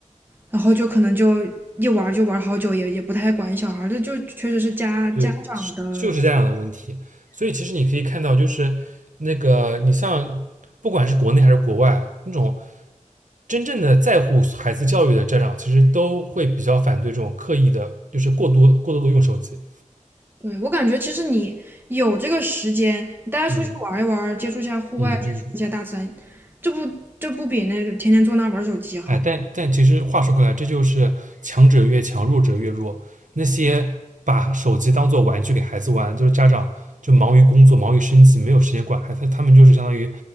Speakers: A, on the right; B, on the right.
A: 然后就可能就一玩儿就玩儿好久，也也不太管小孩儿，这就确实是家家长的。
B: 对，是就是家长的问题。所以其实你可以看到，就是那个你像不管是国内还是国外，那种真正的在乎孩子教育的家长，其实都会比较反对这种刻意的，就是过多过多的用手机。
A: 对，我感觉其实你有这个时间，你带他出去玩儿一玩儿，
B: 嗯
A: 接触一下户外，
B: 嗯嗯，
A: 接触一下大自然，这不这不比那天天坐那儿玩儿手机好？
B: 哎，但但其实话说回来，这就是强者越强，弱者越弱。那些把手机当做玩具给孩子玩，就是家长就忙于工作，忙于生计，没有时间管孩子，他们就是相当于